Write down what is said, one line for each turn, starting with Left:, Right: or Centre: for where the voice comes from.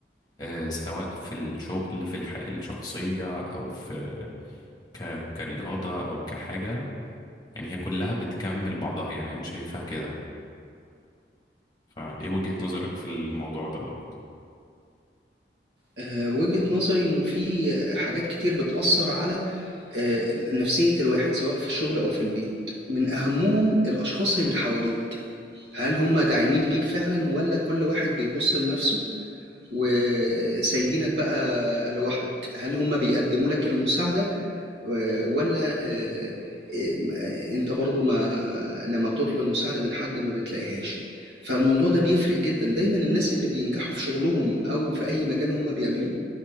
Left: آه، سواء في الشغل في الحياة الشخصية أو في ك... كرياضة أو كحاجة يعني هي كلها بتكمل بعضها يعني أنا شايفها كده فإيه وجهة نظرك في الموضوع دوت؟
Right: آه، وجهة نظري إنه في حاجات كتير بتأثر على آه، نفسية الواحد سواء في الشغل أو في البيت من أهمهم الأشخاص اللي حواليك هل هم داعمين ليك فعلا ولا كل واحد بيبص لنفسه وسايبينك بقى لوحدك هل هم بيقدموا لك المساعدة آه، ولا آه، آه، انت برضو ما لما بتطلب المساعدة من حد ما بتلاقيهاش فالموضوع ده بيفرق جدا دايما الناس اللي بينجحوا في شغلهم او في اي مجال هم بيعملوه